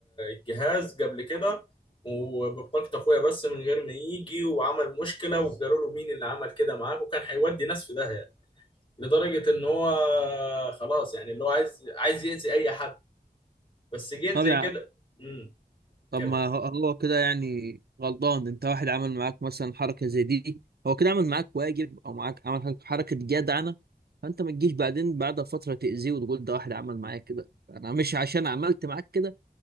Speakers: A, on the left; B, on the right.
A: الجهاز قبل كده وببطاقة اخويا بس من غير ما يجي وعمل مشكلة وقالوا له مين اللي عمل كده معاك وكان هيودي ناس في داهية لدرجة ان هو خلاص يعني اللي هو عايز عايز يأذي اي حد بس جيت
B: طب
A: زي
B: يع-
A: كده امم
B: طب
A: اتكلم
B: ما هو هو كده يعني غلطان انت واحد عمل معاك مثلا حركه زي دي هو كده عمل معاك واجب او معاك عمل حركه حركة جدعنه فانت ما تجيش بعدين بعد فتره تاذيه وتقول ده واحد عمل معايا كده انا مش عشان عملت معاك كده